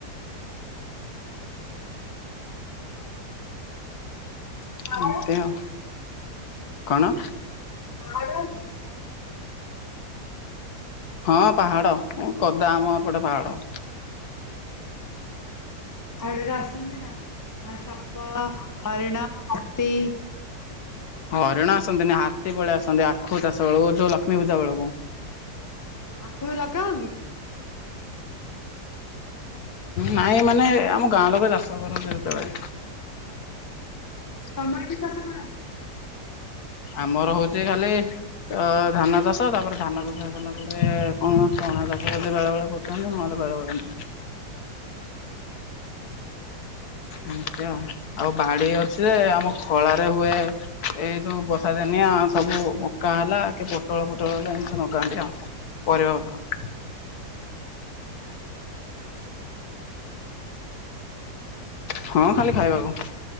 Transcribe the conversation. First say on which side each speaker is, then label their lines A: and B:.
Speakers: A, on the left; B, on the left.
A: ପାହାଡ
B: ଏମିତି ଆଉ। କଣ?
A: ଆଡୁଆଁଷି
B: ହଁ ପାହାଡ଼ କଦା ଆମ ଏପଟେ ପାହାଡ଼
A: ଆଳୁରେ ଆସନ୍ତି ନା ସାପ, ହରିଣ, ହତି
B: ହରିଣ ଆସନ୍ତିନି ହାତୀ ପଳେଇ ଆସନ୍ତି ଆଖୁ ଚାଷ ବେଳକୁ ଯୋଉ ଲକ୍ଷ୍ମୀ ପୂଜା ବେଳକୁ।
A: ଆଖୁ ଲଗାଅ କି?
B: ନାଇଁ ମାନେ ଆମ ଗାଁ ଲୋକ ଚାଷ କରନ୍ତି ଯେତେବେଳେ
A: ତମର କି ଚାଷ କରାହୁଏ?
B: ଆମର ହଉଛି ଖାଲି ତ ଧାନ ଚାଷ ତାପରେ ଧାନ ଚାଷ ହେଲା ପରେ କଣ ଚଣା ଚାଷ <unintelligible> ବେଳେ ବେଳେ <unintelligible> ଏମିତି ଆଉ ଆଉ ବାଡି ଅଛି ଯେ ଆମ ଖଳାରେ ହୁଏ ଏଇ ଯୋଉ ବର୍ଷା ଦିନିଆ ସବୁ ମକା ହେଲା କି ତଳ ପୋଟଳ ହେଲେ ଏମିତି ଲଗାନ୍ତି ଆଉ ପରିବା ପତ୍ର
A: <inaudible>
B: ହଁ ଖାଲି ଖାଇବାକୁ